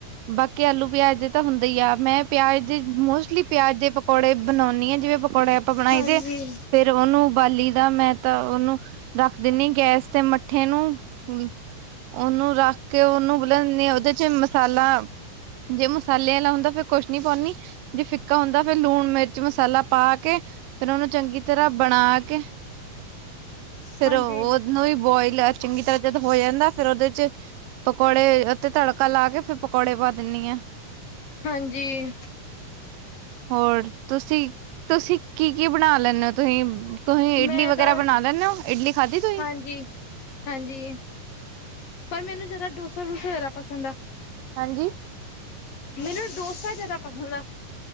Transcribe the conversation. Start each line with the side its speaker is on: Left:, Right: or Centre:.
Right: ਬਾਕੀ ਆਲੂ ਪਿਆਜ ਦੇ ਤਾਂ ਹੁੰਦੇ ਹੀ ਆ ਮੈਂ ਪਿਆਜ ਦੇ ਮੋਸਟਲੀ ਪਿਆਜ ਦੇ ਪਕੌੜੇ ਬਣਾਉਦੀ ਹਾਂ ਜਿਵੇਂ ਪਕੌੜੇ ਆਪਾਂ ਬਣਾਈ
Left: ਹਾਂਜੀ,
Right: ਦੇ ਫੇਰ ਉਹਨੂੰ ਉਬਾਲੀ ਦਾ ਮੈਂ ਤਾਂ ਉਹਨੂੰ ਰੱਖ ਦਿੰਨੀ ਗੈਸ ਤੇ ਮੱਠੇ ਨੂੰ ਹੂੰ ਉਹਨੂੰ ਰੱਖ ਕੇ ਉਹਨੂੰ ਬਲਦੇ ਉਹਦੇ ਚ ਮਸਾਲਾ ਜੇ ਮਸਾਲੇ ਵਾਲਾ ਹੁੰਦਾ ਫਿਰ ਕੁਛ ਨਹੀਂ ਪਾਉਣੀ ਜੇ ਫਿੱਕਾ ਹੁੰਦਾ ਫੇਰ ਲੂਣ ਮਿਰਚ ਮਸਾਲਾ ਪਾ ਕੇ ਫੇਰ ਉਹਨੂੰ ਚੰਗੀ ਤਰ੍ਹਾਂ ਬਣਾ ਕੇ ਫੇਰ
Left: ਹਾਂਜੀ,
Right: ਉਹਨੂੰ ਵੀ ਬੋਇਲ ਚੰਗੀ ਤਰ੍ਹਾਂ ਜਦੋਂ ਹੋ ਜਾਂਦਾ ਫੇਰ ਉਹਦੇ ਚ ਪਕੌੜੇ ਤੇ ਤੜਕਾ ਲਾ ਕੇ ਫਿਰ ਪਕੌੜੇ ਪਾ ਦਿੰਣੀ ਆ।
Left: ਹਾਂਜੀ।
Right: ਹੋਰ ਤੁਸੀਂ ਤੁਸੀਂ ਕੀ ਕੀ ਬਣਾ ਲੈਂਦੇ ਹੋ ਤੁਸੀਂ ਤੁਸੀਂ ਇਡਲੀ
Left: ਮੈਂ
Right: ਵਗੈਰਾ
Left: ਤਾਂ
Right: ਬਣਾ ਲੈਣੇ ਹੋ। ਇਡਲੀ ਖਾਧੀ ਤੁਸੀਂ
Left: ਹਾਂਜੀ ਹਾਂਜੀ ਪਰ ਮੈਨੂੰ ਜ਼ਿਆਦਾ ਡੋਸਾ ਡੂਸਾ ਜ਼ਿਆਦਾ ਪਸੰਦ ਆ।
Right: ਹਾਂਜੀ।
Left: ਮੈਨੂੰ ਡੋਸਾ ਜ਼ਿਆਦਾ ਪਸੰਦ ਆ।